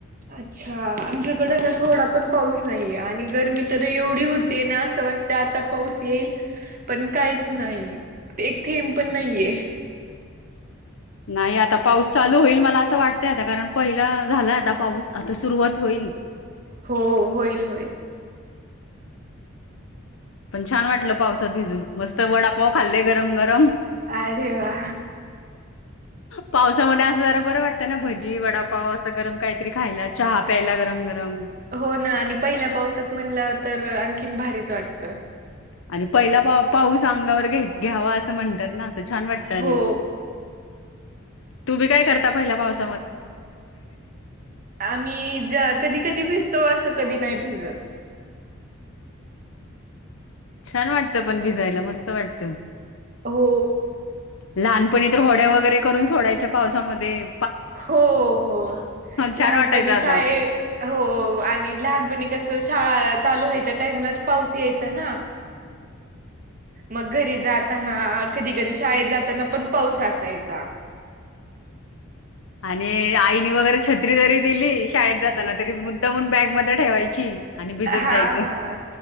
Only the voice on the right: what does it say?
अच्छा आमच्याकडे ना थोडा पण पाऊस नाहीये आणि गरमी तर एवढी होती आणि असं वाटत आता पाऊस येईल पण काहीच नाही एक थेंब पण नाहीये
हो होईल होईल
अरे वा
हो ना आणि पहिल्या पावसात म्हणल्यावर तर आणखीन भारीच वाटतं.
हो
आम्ही ज्या कधी कधी भिजतो, असं कधी नाही भिजत.
हो.
हो हो
लहानपणी
शाळे हो आणि लहानपणी कसं? शाळा चालू व्हायच्या टाईमलाचं पाऊस यायचा ना. मग घरी जाताना कधी कधी शाळेत जाताना पण पाऊस असायचा.
हा